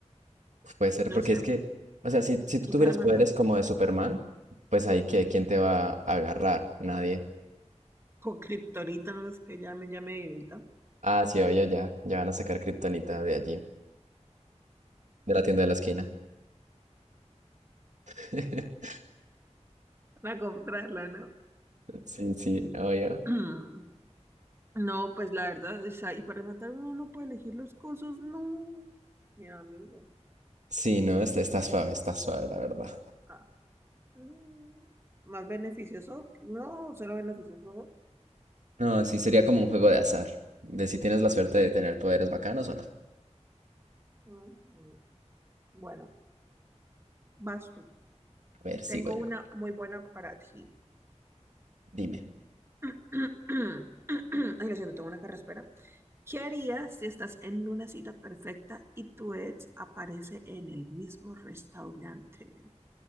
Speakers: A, on the right; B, on the right.
A: Uf, puede ser,
B: no
A: porque
B: sé.
A: es que, o sea, si, si tú
B: Y
A: tuvieras
B: para rematar,
A: poderes como de Superman, pues ahí que, ¿quién te va a agarrar? Nadie.
B: con kriptonita, no es que ya me, ya me debilita,
A: Ah, sí, oye, ya, ya van a sacar Kryptonita de allí, de la tienda de la esquina. <laughs>
B: para comprarla, ¿no?
A: Sí, sí, oye.
B: <clears throat> No, pues la verdad, o sea, y para rematar uno no puede elegir los cosos, no, mi amigo,
A: Sí, no, está, está suave, está suave, la verdad.
B: ah, no, más beneficioso, que- no, cero beneficioso,
A: No, sí, sería como un juego de azar, de si tienes la suerte
B: ¿no?
A: de tener poderes bacanos o no.
B: Ujú. Bueno, vas tú,
A: A ver, sigo
B: tengo
A: yo.
B: una muy buena para ti.
A: Dime.
B: <clears throat> Ay, lo siento, tengo una carraspera. ¿Qué harías si estás en una cita perfecta y tu ex aparece en el mismo restaurante?